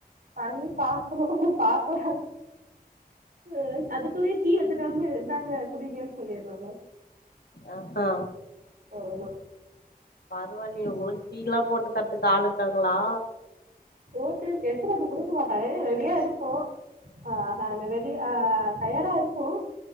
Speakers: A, on the right (about 70°); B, on the left (about 80°).
A: பண்ணி பாக்கணு பாக்கல அ
B: ம்
A: அதுக்குள்ளயே டீ எடுத்துட்டு வந்து இந்தாங்க குடிங்கன்னு சொல்லிடுவாங்க
B: ஆ ஹா
A: ஆமா
B: பரவாயில்லையே உங்களுக்கு டீல்லா போட்டு தரத்துக்கு ஆளுருக்காங்களா
A: போட்டு எடுத்துட்டு வந்து குடுக்க மாட்டாங்க ரெடியா இருக்கு ஆ ஹா அந்தப் ரெடி ஆ தயாரா இருக்கும்